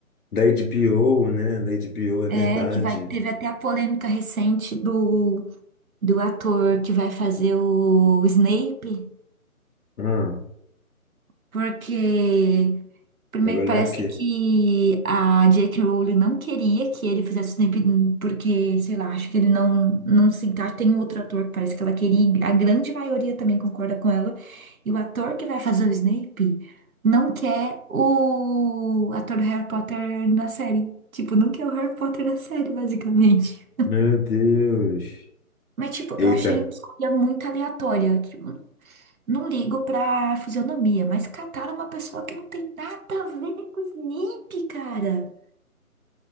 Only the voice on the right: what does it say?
É,
que vai... teve até a polêmica recente do do ator que vai fazer o Snape,
porque primeiro
que parece
que a J.K. Rowling não queria que ele fizesse o Snape porque, sei lá, acho que ele não não se encaixa. Tem um outro ator que parece que ela queria, e a grande maioria também concorda com ela. E o ator que vai fazer o Snape não quer o ator do Harry Potter na série. Tipo, não quer o Harry Potter na série, basicamente.
Mas, tipo,
eu achei uma escolha muito aleatória. tipo, Não ligo pra fisionomia, mas cataram uma pessoa que não tem nada a ver com o Snape, cara.